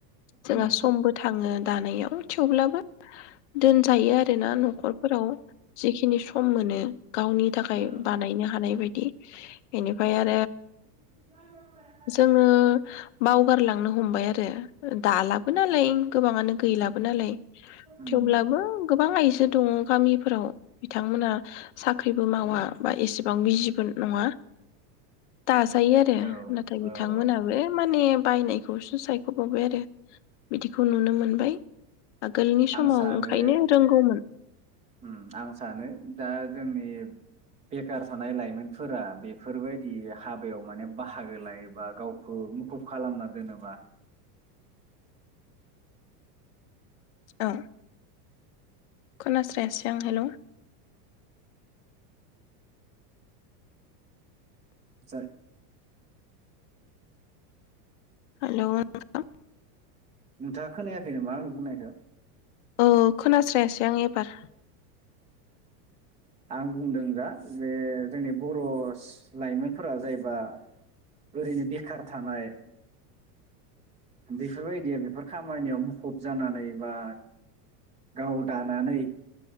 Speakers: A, on the left (about 50°); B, on the right (about 15°).
A: जोंहा
B: उम
A: समबो थाङो दानायाव थेवब्लाबो दोनजायो आरो आरोना न'खरफोराव जिखिनि सम मोनो गावनि थाखाय
B: उम
A: बानायनो हानाय बायदि बेनिफ्राय आरो
B: <unintelligible>
A: जोङो बावगारलांनो हमबाय आरो दालाबो नालाय गोबाङानो गैलाबो नालाय
B: उम
A: थेवब्लाबो गोबां आइजो दङ गामिफोराव बिथांमोना साख्रिबो मावा बा एसे गोबां बिजिबो नङा दाजायो आरो
B: औ
A: नाथाय बिथांमोनाबो
B: औ औ
A: माने बायनायखौसो सायख'बावबाय आरो बिदिखौ नुनो मोनबाय आगोलनि समाव
B: आं सानो
A: ओंखायनो रोंगौमोन
B: ओ आं सानो दा जोंनि बेखार थानाय लाइमोनफोरा बेफोरबायदि हाबायाव माने बाहागो लायो बा गावखौ मुखुब खालामना दोनोबा
A: ओं खोनास्रायासां आं हेल'
B: जाय
A: हेलौ <unintelligible>
B: नोंथाङा खोनायाखै नामा आंनि बुंनायखौ
A: औ खोनास्रायासै आं एबार
B: आं बुंदों जा जे जोंनि बर' लाइमोनफोरा जायबा ओरैनो बेखार थानाय बेफोरबायदिया बेफोर खाम खामानियाव मुखुब जानानै बा गाव दानानै